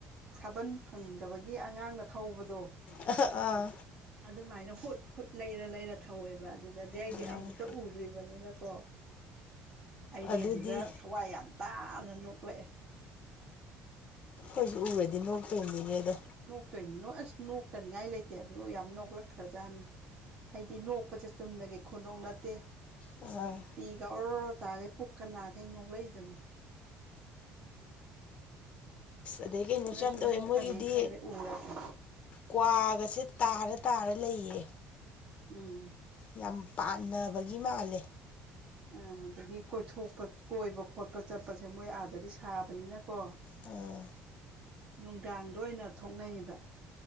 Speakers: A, on the right; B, on the left.
A: ꯁꯥꯕꯜ ꯐꯪꯗꯕꯒꯤ ꯑꯉꯥꯡꯅ ꯊꯧꯕꯗꯣ
B: ꯑꯥꯍ ꯑꯥ
A: ꯑꯗꯨꯃꯥꯏꯅ ꯍꯨꯠ ꯍꯨꯠ ꯂꯩꯔ ꯂꯩꯔ ꯊꯧꯋꯦꯕ ꯑꯗꯨꯗꯗꯤ ꯑꯩꯗꯤ
B: ꯎꯝ
A: ꯑꯃꯨꯛꯇ ꯎꯗ꯭ꯔꯤꯕꯅꯤꯅꯀꯣ ꯑꯩꯗꯤ
B: ꯑꯗꯨꯗꯤ
A: ꯑꯗꯨꯗ ꯊꯋꯥꯏ ꯌꯥꯝ ꯇꯥꯅ ꯅꯣꯛꯂꯛꯑꯦ
B: ꯑꯩꯈꯣꯢꯁꯨ ꯎꯔꯗꯤ ꯅꯣꯛꯇꯣꯏꯅꯤꯅꯦ ꯑꯗꯣ
A: ꯅꯣꯛꯇꯣꯏꯅꯤ ꯅꯣ ꯑꯁ ꯅꯣꯛꯇꯅꯤꯡꯉꯥꯏ ꯂꯩꯇꯦ ꯑꯗꯨ ꯌꯥꯝ ꯅꯣꯛꯂꯛꯈ꯭ꯔꯖꯥꯠꯅꯤ ꯍꯥꯏꯗꯤ ꯅꯣꯛꯄꯁꯦ ꯆꯨꯝꯅꯒꯤ ꯈꯨꯅꯣꯛ ꯅꯠꯇꯦ
B: ꯑꯥ
A: ꯄꯤꯒ ꯑꯣꯔꯣ ꯑꯣꯔꯣ ꯇꯥꯈꯩ ꯄꯨꯛꯀ ꯅꯥꯈꯩ ꯅꯣꯛꯂꯛꯏꯕꯅꯤ
B: ꯑꯗꯩ ꯀꯩꯅꯣꯁꯨ
A: ꯅꯣꯏꯁꯨ
B: ꯌꯥꯝ ꯇꯧꯋꯦ
A: ꯅꯣꯛꯀꯅꯦꯅ
B: ꯃꯣꯏꯒꯤꯗꯤ
A: ꯈꯜꯂꯦ ꯎꯔꯗꯤ
B: ꯀ꯭ꯋꯥꯒꯁꯦ ꯇꯥꯔ ꯇꯥꯔ ꯂꯩꯌꯦ
A: ꯎꯝ
B: ꯌꯥꯝ ꯄꯥꯟꯅꯕꯒꯤ ꯃꯥꯜꯂꯦ
A: ꯑ ꯑꯗꯒꯤ ꯀꯣꯏꯊꯣꯛꯄ ꯀꯣꯏꯕ ꯈꯣꯠꯄ ꯆꯠꯄꯁꯦ ꯃꯣꯏ ꯑꯥꯗꯗꯤ ꯁꯥꯕꯅꯤꯅꯀꯣ
B: ꯑ
A: ꯅꯨꯡꯗꯥꯡꯗ ꯑꯣꯏꯅ ꯊꯣꯛꯅꯩꯌꯦꯕ